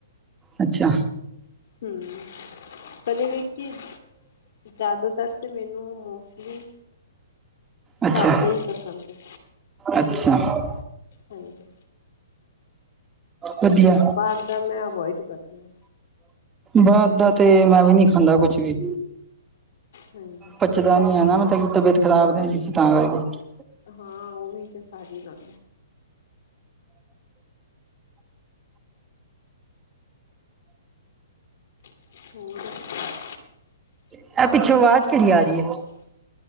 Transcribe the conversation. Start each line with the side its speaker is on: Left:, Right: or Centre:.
Right: ਅੱਛਾ
Left: ਹਮ ਪਰਦੇ ਦੇੀ ਜ਼ਿਆਦਾਤਰ ਤਾਂ ਮੈਨੂੰ ਮੋਸਟਲੀ
Right: ਅੱਛਾ,
Left: ਘਰ ਦਾ ਈ ਪਸੰਦ ਹੈ
Right: ਅੱਛਾ।
Left: ਹਾਂਜੀ
Right: ਵਧੀਆ
Left: ਬਾਹਰ ਦਾ ਮੈਂ ਅਵੋਇਡ ਕਰੀ ਆ
Right: ਬਾਹਰ ਦਾ ਤੇ ਮੈਂ ਵੀ ਨਹੀਂ ਖਾਂਦਾ ਕੁਛ ਵੀ
Left: ਹਾਂਜੀ
Right: ਪੱਚਦਾ ਨੀ ਹੈ ਨਾ ਮਤਲਬ ਕਿ ਤਬੀਅਤ ਖਰਾਬ ਰਹਿੰਦੀ ਸੀ ਤਾਂ ਕਰਕੇ
Left: ਹਾਂ ਉਹ ਵੀ ਤੇ ਸਾਰੀ ਗੱਲ ਹੋਰ
Right: ਇਹ ਪਿੱਛੋਂ ਆਵਾਜ਼ ਕਿਹਦੀ ਆ ਰਹੀ ਹੈ।